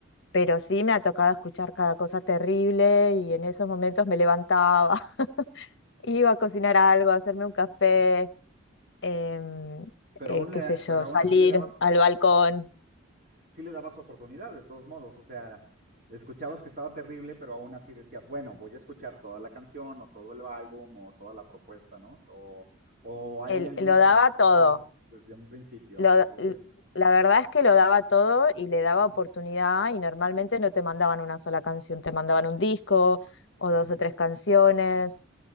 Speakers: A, on the left; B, on the right.
A: Pero sí me ha tocado escuchar cada cosa terrible y en esos momentos me levantaba, <laughs> iba a cocinar algo, a hacerme un café, em,
B: Pero
A: eh,
B: aún,
A: qué
B: le-
A: sé yo,
B: pero aún
A: salir
B: así le dabas
A: al balcón,
B: sí le daba su oportunidad, de todos modos. O sea, escuchabas que estaba terrible, pero aún así decías, bueno, voy a escuchar toda la canción o todo el álbum o toda la propuesta, ¿no? O, o hay
A: el-
B: algunos
A: lo daba
B: que descartabas
A: todo.
B: desde un principio,
A: lo-
B: que decías,
A: l- la verdad es que lo daba todo y le daba
B: "Ujú,
A: oportunidad y normalmente no te mandaban una sola canción, te mandaban un disco o
B: ujú",
A: dos o tres canciones.